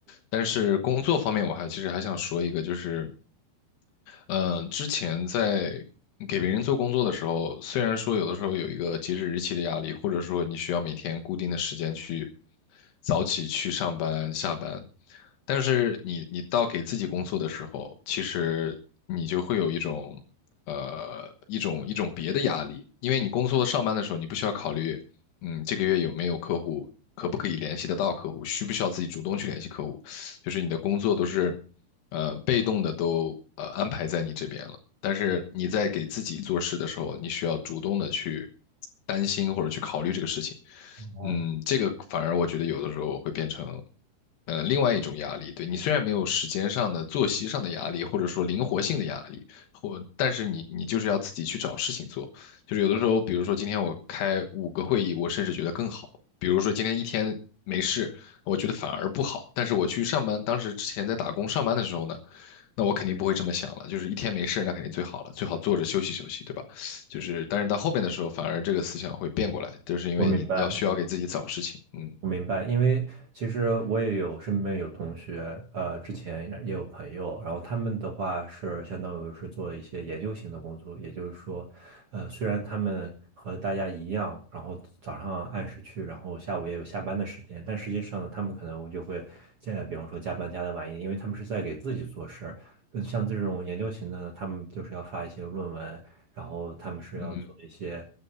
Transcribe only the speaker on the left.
但是工作方面我还其实还想说一个，就是嗯，之前在给别人做工作的时候，虽然说有的时候有一个截止日期的压力，或者说你需要每天固定的时间去早起去上班下班，但是你你到给自己工作的时候，其实你就会有一种呃一种一种别的压力，因为你工作上班的时候，你不需要考虑，嗯，这个月有没有客户，可不可以联系得到客户，需不需要自己主动去联系客户，就是你的工作都是。呃，被动的都呃安排在你这边了。但是你在给自己做事的时候，你需要主动的去担心或者去考虑这个事情。
嗯，这个反而我觉得有的时候会变成，呃，另外一种压力。对，你虽然没有时间上的、作息上的压力，或者说灵活性的压力，或但是你你就是要自己去找事情做。就是有的时候，比如说今天我开五个会议，我甚至觉得更好。比如说今天一天没事，我觉得反而不好。但是我去上班，当时之前在打工上班的时候呢，那我肯定不会这么想了，就是一天没事儿那肯定最好了，最好坐着休息休息，对吧？就是，但是到后边的时候，反而这个思想会变过来，就是因为你要需要给自己找事情，
嗯
嗯。